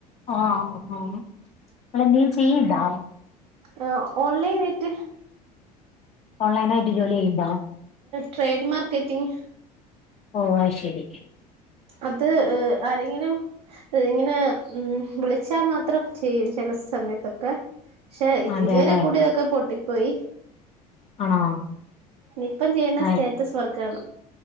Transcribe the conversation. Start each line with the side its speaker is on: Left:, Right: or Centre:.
Left: ആ ഹ് ആ ഹ് ആഹ് നിങ്ങളെന്തെലും ചെയ്യ്ണ്ടോ
Right: ആ ഓൺലൈനായിട്ട്
Left: ഓൺലൈനായിട്ട് ജോലി ചെയ്യ്ണ്ടോ
Right: ട്രേഡ് മാർക്കറ്റിംഗ്
Left: ഓ അത് ശരി
Right: അത് ആരെങ്കിലും ഇങ്ങനെ ഉം വിളിച്ചാമാത്രം ചെയ്യും ചെല - സമയത്തൊക്കെ പക്ഷെ
Left: അതെല്ലേ
Right: ഇതുവരെ കൂടിയതൊക്കെ പൊട്ടിപ്പോയി
Left: ആണോ
Right: നിപ്പം ചെയ്യ്ണ
Left: ആയി
Right: സ്റ്റേറ്റസ് വർക്കാണ്